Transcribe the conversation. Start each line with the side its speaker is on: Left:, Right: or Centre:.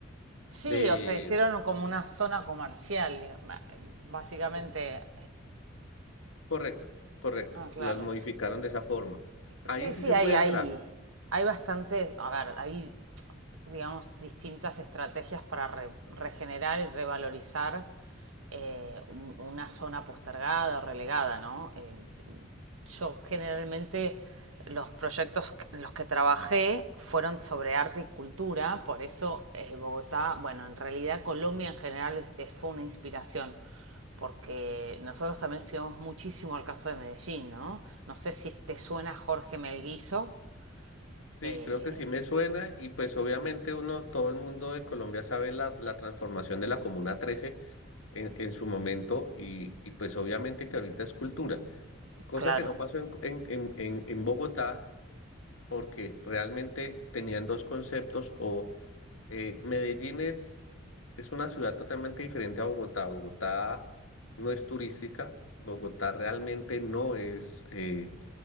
Right: Sí,
Left: de...
Right: o sea, hicieron como una zona comercial, digamos, ba- básicamente.
Left: co- Correcto, correcto,
Right: Ah, claro.
Left: las modificaron de esa forma. Ahí
Right: Sí,
Left: sí
Right: sí,
Left: se
Right: hay,
Left: puede
Right: hay,
Left: entrar.
Right: hay bastante, a ver, hay digamos, distintas estrategias para re- regenerar y revalorizar eh, un- una zona postergada o relegada, ¿no? Eh, yo generalmente los proyectos en los que trabajé fueron sobre arte y cultura, por eso eh, Bogotá, bueno, en realidad Colombia en general es- es- fue una inspiración, porque nosotros también estudiamos muchísimo el caso de Medellín, ¿no? No sé si te suena Jorge Melguizo,
Left: Sí,
Right: eh,
Left: creo que sí me suena y pues obviamente uno, todo el mundo de Colombia sabe la, la transformación de la Comuna trece en, en su momento y, y pues obviamente que ahorita es cultura, cosa
Right: claro.
Left: que no pasó en, en, en, en- en Bogotá porque realmente tenían dos conceptos o eh, Medellín es, es una ciudad totalmente diferente a Bogotá, Bogotá no es turística, Bogotá realmente no es... eh,